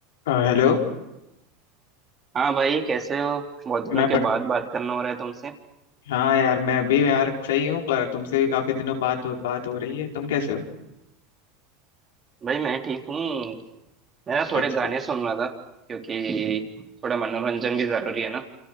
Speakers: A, on the left (about 80°); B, on the right (about 25°).
A: आ, Hello
B: हाँ भाई कैसे हो बहुत दिनों
A: मैं
B: के
A: प...
B: बाद बात करना हो रहा है तुमसे
A: हाँ यार मैं भी यार सही हूँ पर तुमसे भी काफी दिनों बात हो बात हो रही है तुम कैसे हो
B: भाई मैं ठीक हूँ मैं ना थोड़े
A: अच्छा
B: गाने सुन रहा था क्योंकि थोड़ा मनोरंजन भी जरूरी है ना